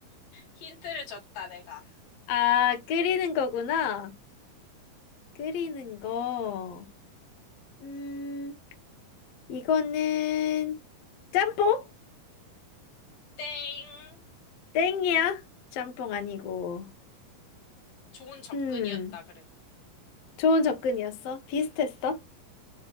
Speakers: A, on the left; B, on the left.
A: 힌트를 줬다, 내가.
B: 아, 끓이는 거구나. 끓이는 거. 음, 이거는 짬뽕?
A: 땡.
B: 땡이야. 짬뽕 아니고.
A: 좋은 접근이었다,
B: 음,
A: 그래도.
B: 좋은 접근이었어. 비슷했어.
A: 음.